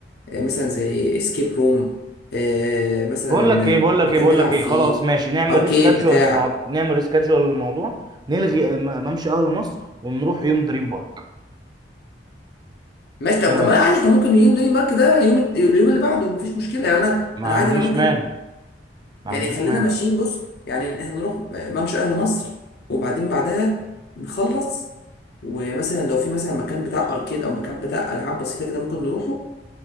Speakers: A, on the left (about 60°); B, on the right (about 25°).
A: آه مثلا زي اسكيب روم آه مثلا
B: بقول لك ايه بقول لك
A: مكان
B: ايه بقول
A: نلعب
B: لك ايه
A: فيه
B: خلاص ماشي نعمل
A: اركيد
B: ريسكادجوال
A: بتاع
B: الموضوع نعمل ريسكادجوال للموضوع نلغي م- ممشى اهل مصر ونروح يوم دريم بارك
A: ماشي طب
B: ايه رايك
A: طب ما عادي احنا ممكن يوم دني مارك ده يوم الت- اليوم اللي بعده مفيش مشكله يعني انا
B: ما
A: انا
B: عنديش
A: عادي انا ممكن
B: مانع ما
A: يعني
B: عنديش
A: خلينا
B: مانع
A: ماشيين بص يعني احنا نروح ممشى اهل مصر وبعدين بعدها نخلص ومثلا لو في مثلا مكان بتاع اركيد او مكان بتاع العاب بسيطه كده ممكن نروحه